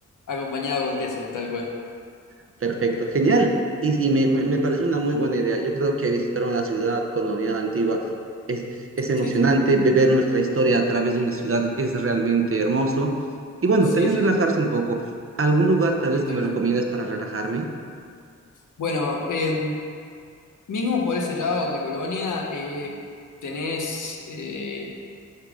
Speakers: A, on the left; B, on the right.
A: acompañado con queso, tal cual.
B: <laughs> Perfecto, genial. Y sí, me, me, me parece una muy buena idea. Yo creo que visitar una ciudad colonial antigua es, es emocionante.
A: Sí, sí, sí.
B: Beber nuestra historia a través de una ciudad es realmente hermoso. Y bueno,
A: Sí,
B: también
A: sí,
B: relajarse
A: sí.
B: un poco. ¿Algún lugar tal
A: Sí,
B: vez
A: tal
B: que me
A: cual.
B: recomiendas para relajarme?
A: Bueno, eh, mismo por ese lado de Colonia, eh, tenés eh,